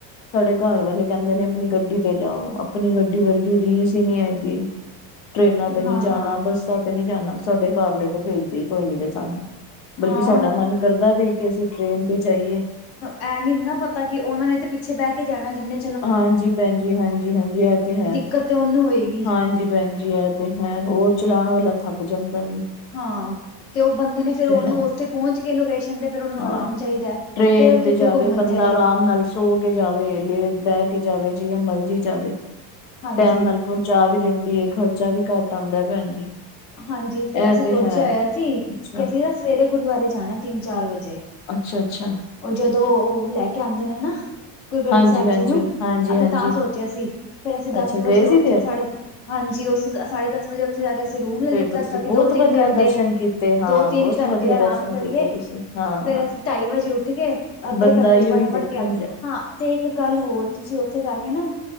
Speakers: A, on the left (about 85°); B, on the left (about 30°).
A: ਸਾਡੇ ਘਾੱਰ ਵਾਲੇ ਕੈਂਦੇ ਨੇ, ਅਪਨੀ ਗੱਡੀ ਤੇ ਜਾਓ, ਅਪਨੀ ਗੱਡੀ ਵਰਗੀ ਰੀਸ ਈ ਨੀ ਹੈਗੀ। <inaudible> ਟ੍ਰੇਨਾਂ ਤੇ ਨੀ
B: ਨਾ ਨਾ
A: ਜਾਨਾ, ਬੱਸਾਂ ਤੇ ਨੀ ਜਾਨਾ, ਸਾਡੇ ਘਾਰਲੇ ਤੇ ਭੇਜਦੇ ਈ ਕੋਈ ਨੀ ਜੇ ਸਾਨੂੰ ਬਲਕਿ
B: ਹਾਂ
A: ਸਾਡਾ
B: ਉਹਨਾਂ
A: ਮੰਨ ਕਰਦਾ ਵੇ, ਕਿ ਅਸੀ ਟੇ੍ੈਨ ਤੇ ਜਾਈਏ
B: ਐਂ ਨੀ ਨਾ ਪਤਾ ਕਿ ਓਨਾਂ ਨੇ ਤੇ ਪਿੱਛੇ ਬੈ ਕੇ ਜਾਣੈ, ਜਿੰਨੇ
A: ਹਾਂਜੀ ਭੈਨ ਜੀ ਹਾਂਜੀ-ਹਾਂਜੀ ਐ ਤੇ ਹੈ,
B: ਦਿੱਕਤ ਤੇ ਉਹਨੂੰ ਹੋਏਗੀ।
A: ਹਾਂਜੀ ਭੈਨ ਜੀ ਐ ਤੇ ਹੈ, ਹੋਰ ਚਲਾਣ ਵਾਲਾ ਥੱਕ ਜਾਂਦਾ ਵੇ।
B: ਹਾਂ ਤੇ ਓ ਬੰਦੇ ਨੇ ਫੇਰ ਓਨੂੰ
A: ਹੈ
B: ਉੱਥੇ ਪੋਂਹਚ ਕੇ ਲੋਕੇਸ਼ ਕੈਂਦੇ ਫੇਰ ਓਨੂੰ
A: ਹਾਂ
B: ਅਰਾਮ ਚਾਈਦੈ,
A: ਟ੍ਰੇਨ
B: ਫੇਰ ਓ ਕਿੱਥੇ
A: ਤੇ ਜਾਵੇ
B: ਘੁੰਮਨ
A: ਬੰਦਾ
B: ਜਾਏ।
A: ਆਰਾਮ ਨਾਲ ਸੋ ਕੇ ਜਾਵੇ, ਲੇ ਬੈ ਕੇ ਜਾਵੇ ਜਿਂਵੇਂ ਮਰਜੀ ਜਾਵੇ,
B: ਹਾਂਜੀ।
A: ਟੈਮ ਨਾਲ ਪਹੁੰਚਾਅ ਵੀ ਦੇਂਦੀ ਏ ਖਰਚਾ ਵੀ ਕਾੱਟ ਆਂਦੈ ਭੈਨ ਜੀ।
B: ਹਾਂਜੀ, ਤੇ
A: ਐ
B: ਅਸੀ ਸੋਚੇਆ
A: ਹੈ,
B: ਹੋਏਆ ਸੀ ਕਿ
A: ਅੱਛਾ,
B: ਅਸੀ ਨਾ ਸਵੇਰੇ ਗੁਰਦੁਆਰੇ ਜਾਣੈ, ਤਿੰਨ-ਚਾਰ ਵਜੇ।
A: ਅੱਛਾ, ਅੱਛਾ।
B: ਓ ਜਦੋਂ ਓ ਲੈ ਕੇ ਆਂਦੇ ਨੇ ਨਾ, ਗੁਰੂ ਗ੍ਰੰਥ
A: ਹਾਂਜੀ-ਹਾਂਜੀ,
B: ਸ੍ਹੈਬ ਜੀ ਨੂੰ,
A: ਹਾਂਜੀ-ਹਾਂਜੀ।
B: ਅਸੀ ਤਾਂ ਸੋਚ ਚੇਆ ਸੀ, ਫੇਰ ਅਸੀ
A: ਅੱਛਾ
B: ਦਾੱਸ
A: ਗਏ
B: ਵਜੇ ਉੱਥੇ
A: ਸੀ ਫੇਰ?
B: ਸਾਡੇ, ਹਾਂਜੀ ਉਸ ਸਾਢੇ ਦਾੱਸ ਵਜੇ ਓਥੇ ਜਾ ਕੇ ਅਸੀ ਰੂਮ ਲੈ
A: ਫੇਰ
B: ਲਿੱਤਾ
A: ਤੁਸੀਂ
B: ਤਾਂ ਕਿ
A: ਬਹੁਤ
B: ਦੋ-ਤਿੰਨ
A: ਵਧੀਆ
B: ਘੰਟੇ,
A: ਦਰਸ਼ਨ ਕੀਤੇ, ਹਾਂ
B: ਦੋ-ਤਿੰਨ
A: ਬਹੁਤ
B: ਘੰਟੇ
A: ਵਧੀਆ ਦਰਸ਼ਨ
B: ਅਰਾਮ ਕਰੀਏ,
A: ਕੀਤੇ ਤੁਸੀਂ, ਹਾਂ।
B: ਫੇਰ ਅਸੀ ਢਾੱਈ ਵਜੇ ਉੱਠ ਗੇ, ਅੱਧੇ
A: ਬੰਦਾ
B: ਘੰਟੇ
A: ਏਈਓ
B: ਚ ਫਟਾਫਟ
A: ਦੇਖਣ
B: ਤੇਆ,
A: ਜਾ
B: ਹਾਂ ਤੇ ਇੱਕ ਗਾੱਲ ਹੋਰ, ਤੂਸੀ ਓਥੇ ਜਾ ਕੇ ਨਾ,